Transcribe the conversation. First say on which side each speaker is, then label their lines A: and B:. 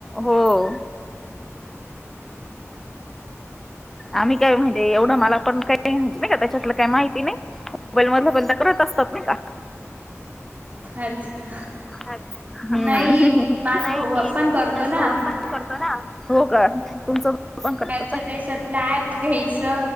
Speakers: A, in the centre; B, on the right (about 30°).
A: हो <inaudible> आम्ही काय म्हणजे एवढं मला पण काही नाही <inaudible> का त्याच्यातलं काही माहिती नाही. मोबाईल मधल पण त्या करत असतात नाई का.
B: अच्छा
A: अ हम्
B: नाही माझा
A: नाही
B: भाऊ पण करतो
A: माझ
B: ना
A: भाऊ पण करतो ना हो का तुमचं पण करत.
B: च्या देशातल अँप घ्यायच.